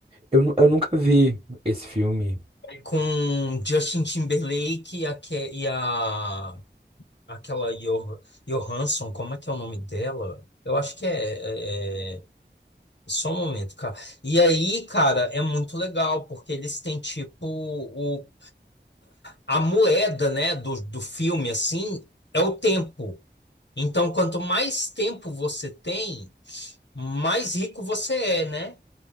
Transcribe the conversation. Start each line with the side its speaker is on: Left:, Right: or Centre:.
Right: eu, nu- eu nunca vi esse filme.
Left: é com Justin Timberlake e a, Ke- e a- aquela Jo- Johansson, como é que é o nome dela? Eu acho que é, é- é- Só um momento, cara. E aí, cara, é muito legal, porque eles têm tipo o, a moeda, né, do, do filme, assim, é o tempo. Então, quanto mais tempo você tem, mais rico você é, né?